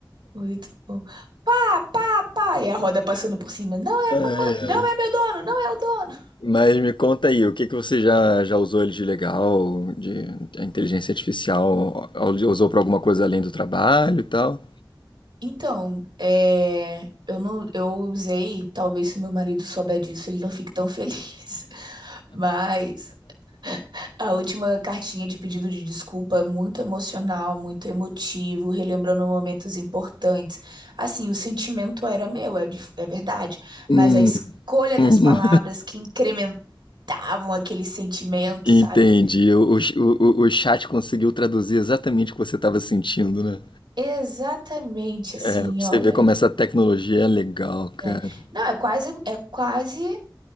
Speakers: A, on the right; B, on the left.
A: muito bom. Pá, pá, pá, e a roda passando por cima. Não é
B: Ai,
A: a mamãe, não
B: ai.
A: é meu dono, não é o dono.
B: Mas me conta aí, o que que você já, já usou ele de legal, de a inteligência artificial, usou para alguma coisa além do trabalho e tal?
A: Então, é, eu não, eu usei, talvez se meu marido souber disso, ele não fique tão feliz. <laughs> Mas A última cartinha de pedido de desculpa, é muito emocional, muito emotivo, relembrando momentos importantes. Assim, o sentimento era meu, é, de- é verdade,
B: Hum,
A: mas a escolha
B: <laughs> hum.
A: das palavras que incrementavam aquele sentimento,
B: Entendi.
A: sabe?
B: O, o, o, o chat conseguiu traduzir exatamente o que você estava sentindo, né?
A: Exatamente, assim,
B: Pra você
A: olha,
B: ver como essa tecnologia é legal, cara.
A: é, não, é quase, é quase,